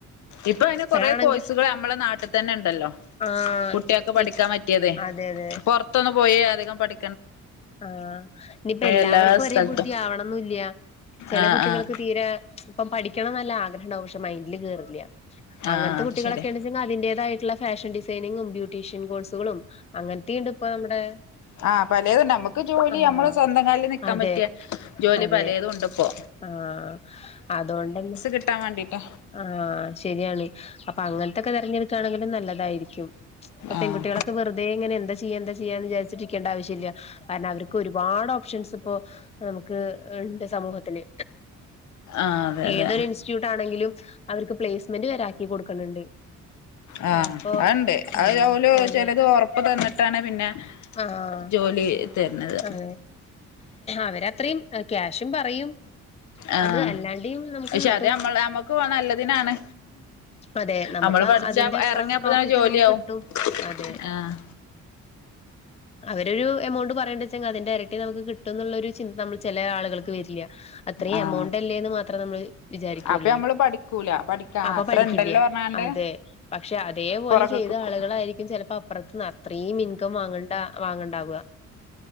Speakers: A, on the left; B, on the left.
A: ഇപ്പൊ അയ്‌ന്
B: ഇപ്പഴാണെങ്കി
A: കൊറേ കോഴ്സുകൾ നമ്മളെ നാട്ടിൽ തന്നെ ഉണ്ടല്ലോ
B: ആഹ്
A: കുട്ടികൾക്ക് പഠിക്കാൻ
B: ഇ
A: പറ്റിയതെ,
B: അതെ അതെ
A: പൊറത്തൊന്നും പോയി അധികം പഠി
B: ആഹ് ഇനിയിപ്പ എല്ലാവർക്കും
A: എല്ലാ
B: ഒരേ
A: സ്ഥലത്തും
B: ബുദ്ധി ആവണന്നില്ല ചെല
A: ആഹ്
B: കുട്ടികൾക്ക്
A: ആഹ്
B: തീരെ ഇപ്പൊ പഠിക്കണം നല്ല ആഗ്രഹം ഉണ്ടാവും പക്ഷെ മൈന്ഡില് കേറില്ല
A: ആഹ്
B: അങ്ങനത്തെ
A: അത്
B: കുട്ടികളൊക്കൊണ്
A: ശരിയാ
B: അതിന്റേതായിട്ടുള്ള ഫാഷൻ ഡിസൈനിങ്ങും ബ്യൂട്ടീഷ്യൻ കോഴ്സുകളും അങ്ങനത്തിണ്ട് ഇപ്പൊ നമ്മുടെ
A: ആ പലേതുണ്ട് നമ്മുക്ക് ജോലി
B: ആഹ്
A: നമ്മള് സ്വന്തം കാലിൽ നിക്കാൻ
B: അതെ
A: പറ്റിയ ജോലി
B: അതെ
A: പലേതുണ്ട് ഇപ്പോ
B: ആഹ് അതോണ്ടന്നെ
A: കിട്ടാ വാണ്ടിട്ടോ
B: ആഹ് ശെരിയാണ് അപ്പൊ അങ്ങനത്തെൊക്കെ തെരഞ്ഞെടുക്കുകയാണെങ്കിലും നല്ലതായിരിക്കും ഇപ്പൊ
A: ആഹ്
B: പെൺകുട്ടികള വെറുതെ ഇങ്ങനെ എന്താ ചെയ്യാ എന്താ ചെയ്യാ എന്ന് വിചാരിച്ചിരിക്കണ്ട ആവശ്യ ഇല്ല കാരണം അവർക്ക് ഒരുപാട് ഓപ്ഷൻസ് ഇപ്പോ നമുക്ക്ണ്ട് സമൂഹത്തിന്
A: ആഹ് അതെ അതെ
B: ഏതൊരു ഇൻസ്റ്റിറ്റ്യൂട്ട് ആണെങ്കിലും അവർക്ക് പ്ലേസ്മെന്റ് വരാക്കി കൊടുക്കണണ്ട്
A: ആ
B: അപ്പൊ
A: അണ്ട്
B: ആഹ്
A: അത് ഓലു
B: അതെ
A: ചെലത് ഉറപ്പ് തന്നിട്ടാണ് പിന്നെ
B: ആഹ്
A: ജോലി തരുന്നത്
B: അതെ അവരത്രയും ക്യാഷും പറയും
A: ആഹ്
B: അത് അല്ലാണ്ടിം നമുക്ക്
A: പക്ഷെ
B: കിട്ടും
A: അത് മ്മൾ നമ്മുക്ക് നല്ലതിനാണ്
B: അതെ നമുക്കാ
A: നമ്മള് പഠിച്ചാ
B: അതിന്റെ അപ്പറം
A: എറങ്ങിയപ്പതന്നെ
B: പ്രോഫിറ്റ്
A: ജോലിയാവും
B: നമുക്ക് കിട്ടും അതെ
A: ആഹ്
B: അവര ഒരു എമൗണ്ട് പറയേണ്ടത് അതിന്റെ ഇരട്ടി നമുക്ക് കിട്ടും എന്നുള്ള ഒരു ചിന്ത നമ്മള് ചെലേ ആളുകൾക്ക് വരില്ല അത്രേ
A: ആഹ്
B: എമൗണ്ട് ല്ലേന്ന് മാത്രേ നമ്മൾ വിചാരിക്കൂള്ളേ
A: അപ്പൊ നമ്മള് പഠിക്കൂല പഠിക്കാ
B: അപ്പൊ
A: അത്ര
B: പഠിക്കില്ല
A: ഇണ്ടല്ലോ പറഞ്ഞാണ്ട്
B: അതെ പക്ഷെ അതേപോലെ
A: പൊറകെക്ക്ക്കും
B: ചെയ്ത ആളുകളായിരിക്കും ചിലപ്പോ അപ്പറത്ത് അത്രേ ഇൻകം വാങ്ങണ്ട വാങ്ങണ്ടാവുക